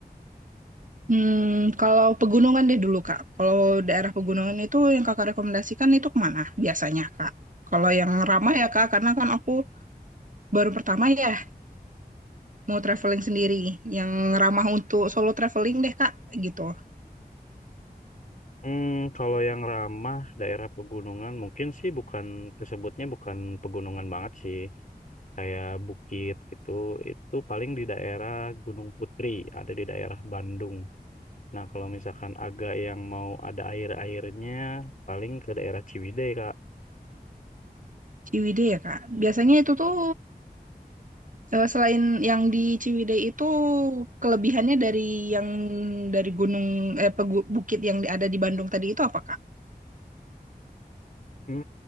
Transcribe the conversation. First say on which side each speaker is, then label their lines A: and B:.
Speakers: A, on the right; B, on the left.
A: Hmm, kalau pegunungan deh dulu, Kak. Kalau daerah pegunungan itu yang Kakak rekomendasikan itu kemana biasanya, Kak? Kalau yang ramah ya, Kak, karena kan aku baru pertama ya mau traveling sendiri. Yang ramah untuk solo traveling deh, Kak, gitu.
B: Hmm, kalau yang ramah daerah pegunungan mungkin sih bukan tersebutnya bukan pegunungan banget sih. Kayak bukit gitu, itu paling di daerah Gunung Putri, ada di daerah Bandung. Nah, kalau misalkan agak yang mau ada air-airnya, paling ke daerah Ciwidey, Kak.
A: Ciwidey ya, Kak. Biasanya itu tuh eh, selain yang di Ciwidey itu kelebihannya dari yang dari gunung eh pegu- bukit yang ada di Bandung tadi itu apa, Kak?
B: Hmm,